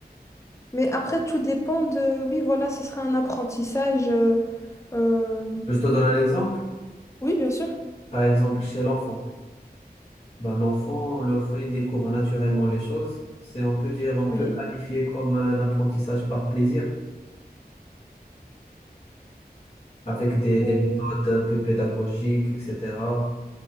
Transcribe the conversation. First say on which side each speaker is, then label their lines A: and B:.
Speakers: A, on the left; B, on the left.
A: Mais après, tout dépend de... Oui, voilà, ce sera un apprentissage. euh, euh,
B: Je te donne un exemple.
A: Oui, bien sûr.
B: Par exemple, chez l'enfant. Ben, l'enfant, l'enfant, il découvre naturellement les choses. C'est, on peut dire, on peut
A: Oui.
B: le qualifier comme un apprentissage par plaisir, avec des, des
A: Ou-
B: méthodes un peu pédagogiques, etc.